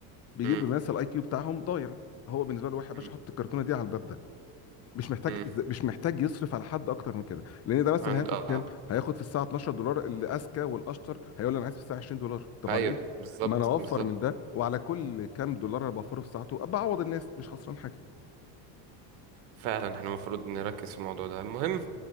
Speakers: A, on the left; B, on the right.
A: بيجيب
B: مم،
A: الناس الاي كيو بتاعهم ضايع هو بالنسبه له واحد يا باشا
B: مم،
A: حط الكرتونه دي على الباب مش محتاج
B: مم.
A: مش محتاج يصرف على حد اكتر من كده لان ده مثلا
B: عند
A: هياخد
B: اه
A: كام
B: آه.
A: هياخد في الساعه 12 دولار اللي اذكى والاشطر هيقول لي انا عايز في الساعه 20 دولار طب
B: ايوه
A: على ايه
B: بالظبط
A: ما انا اوفر
B: بالظبط
A: من ده وعلى كل كام دولار انا بوفره في ساعته بعوض الناس مش خسران حاجه
B: فعلا احنا المفروض نركز في الموضوع ده المهم